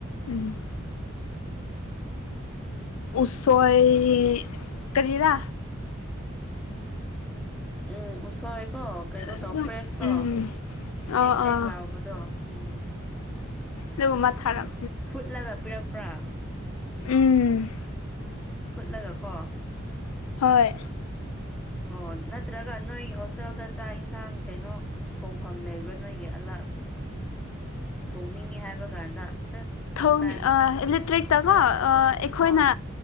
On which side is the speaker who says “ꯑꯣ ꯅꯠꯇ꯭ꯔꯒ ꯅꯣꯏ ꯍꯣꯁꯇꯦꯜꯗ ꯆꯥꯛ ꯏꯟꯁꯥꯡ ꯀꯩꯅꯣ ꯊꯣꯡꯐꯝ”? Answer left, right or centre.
Centre